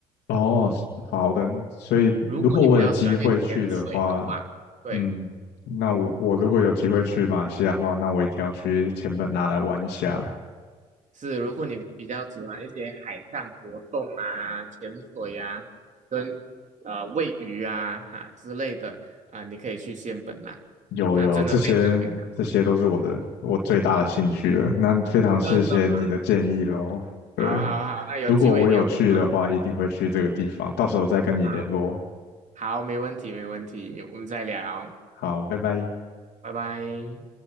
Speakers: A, on the left (about 70°); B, on the right (about 45°).
A: 哦，好的。所以如果我有机会去的话，
B: 如果你比较喜欢去潜水的话，对。
A: 嗯，那我我如果有机会去马来西亚的话，那我一定要去钱本纳来玩一下。
B: 是，如果你比较喜欢一些海上活动啊、潜水啊、跟呃喂鱼啊哈之类的啊、你可以去仙本那，
A: 有有，
B: 那真的非常非常
A: 这些这些都是我的我最大的兴趣了。那非常谢谢你的建议喽。
B: 真的吗
A: 对，
B: 好好好，那有机会一定要过来，
A: 如果我有去的话，一定会去这个地方，到时候再跟你联络。
B: 好好，没问题没问题，我们再聊，
A: 好，拜拜。
B: 拜拜。